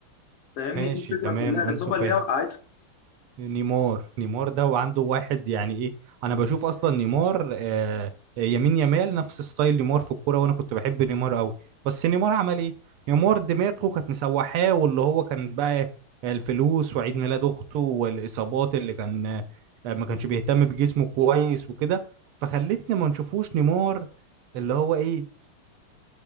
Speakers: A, on the left (about 70°); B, on the right (about 80°).
A: فاهمني
B: ماشي
A: دي الفكرة
B: تمام
A: كلها الإصابة
B: انسو
A: اللي
B: فاتي
A: هي وقعته
B: نيمار نيمار ده وعنده واحد يعني ايه انا بشوف اصلا نيمار آه آه، يمين يمال نفس ستايل نيمار في الكوره وانا كنت بحب نيمار قوي بس نيمار عمل ايه نيمار دماغه كانت مسوحاه واللي هو كان بقى الفلوس وعيد ميلاد اخته والاصابات اللي كان آه ما كانش بيهتم بجسمه كويس وكده فخلتنا ما نشوفوش نيمار اللي هو ايه